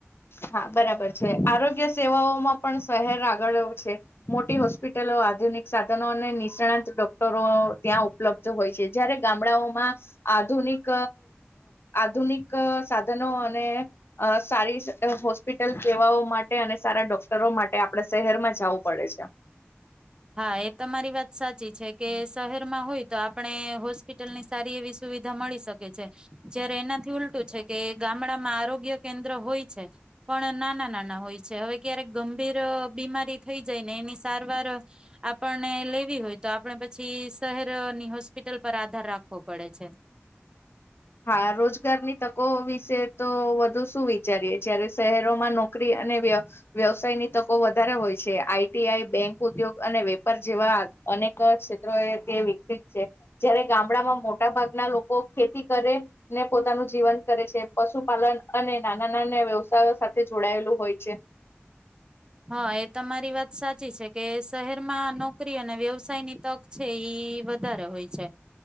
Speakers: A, on the left (about 60°); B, on the right (about 20°).
A: હા બરાબર છે આરોગ્ય સેવાઓમાં પણ શહેર આગળ છે મોટી હોસ્પ હોસ્પિટલો આધુનિક સાધનો અને નિષ્ણાંત ડોક્ટરો ત્યાં ઉપલબ્ધ હોય છે જયારે ગામડાઓમાં આધુનિક આધુનિક સાધનો અને સારી હોસ્પિટલ સેવાઓ માટે અને સારા ડોક્ટરો માટે આપડા શહેરમાં જવું પડે છે.
B: હા એ તમા મારી વાત સાચી છે કે શહેરમાં હોય તો આપણે હોસ્પિટલની સારી એવી સુવિધા મળી શકે છે જયારે એનાથી ઉલટું છે કે ગામડામાં આરોગ્ય કેન્દ્ર હોય છે પણ નાના નાના હોય છે હવે ક્યારેક ગંભીર બીમારી થઈ જાય ને એની સારવાર આપણને લેવી હોય તો આપણે પછી શહેરની હોસ્પિટલ પર આધાર રાખવો પડે છે.
A: હા રોજગારની તકો વિશે તો વધુ શું વિચારીએ જયારે શહેરોમાં નોકરી અને વ્યવસાયની તકો વધારે હોય છે આઈટીઆઈ બેંક ઉદ્યોગ અને વેપાર જેવા અનેક ક્ષેત્રો એ તે વિકસિત છે જયારે ગામડામાં મોટા ભાગના લોકો ખેતી કરે ને પોતાનું જીવન કરે છે. પશુપાલન અને નાના નાના વ્યવસ્ સાથે જોડાયેલું હોય છે.
B: હા એ તમારી વાત સાચી છે કે શહેરમાં નોકરી અને વ્યવસાયની તક છે ઈ વધારે હોય છે